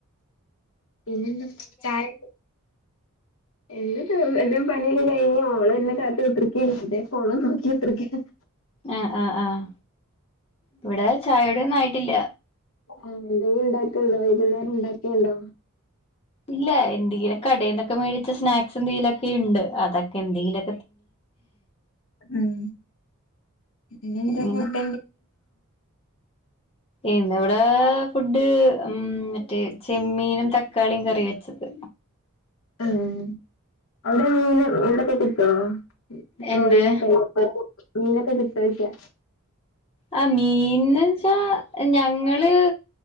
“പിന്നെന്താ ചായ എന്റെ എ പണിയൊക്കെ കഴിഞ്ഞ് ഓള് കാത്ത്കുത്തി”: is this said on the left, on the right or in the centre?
Left